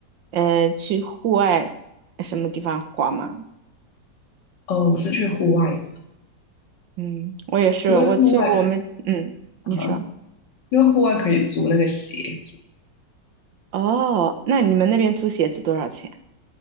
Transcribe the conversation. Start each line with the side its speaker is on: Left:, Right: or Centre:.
Right: 呃去户外什么地方滑吗？
Left: 哦，我是去户外的，
Right: 嗯，我也是，
Left: 因为户外
Right: 我去我们，嗯，
Left: 啊，
Right: 你说，
Left: 因为户外可以租那个鞋。子。
Right: 哦，那你们那边租鞋子多少钱？